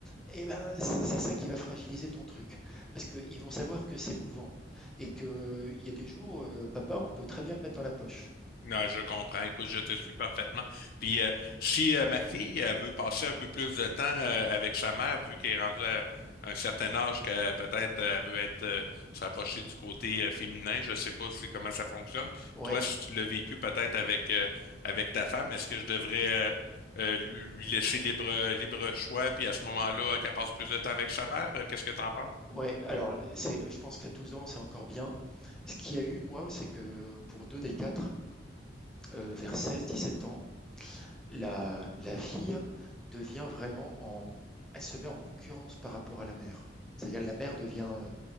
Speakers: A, in the centre; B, on the left.
A: eh ben c'est ça qui va fragiliser ton truc. Parce qu'ils vont savoir que c'est mouvant et qu'il y a des jours, euh, papa, on peut très bien le mettre dans la poche.
B: Non, je comprends. Écoute, je te suis parfaitement. Puis euh, si euh, ma fille elle veut passer un peu plus de temps euh, avec sa mère, vu qu'elle est rendue à un certain âge que euh, peut-être euh, elle veut être euh, se rapprocher du côté euh, féminin, je ne sais pas si comment ça fonctionne.
A: Ouais,
B: Toi, si tu l'as vécu peut-être avec euh, avec ta femme, est-ce que je devrais euh, euh, lui lui laisser libre euh, libre choix, puis à ce moment-là, qu'elle passe plus de temps avec sa mère? Euh, Qu'est-ce que tu en penses?
A: ouais. Alors, le- c'est, je pense qu'à 12 ans, c'est encore bien. Ce qu'il y a eu, moi, c'est que pour deux des quatre, euh, vers seize dix-sept ans, la, la fille devient vraiment en, elle se met en concurrence par rapport à la mère. C'est-à-dire la mère devient, euh,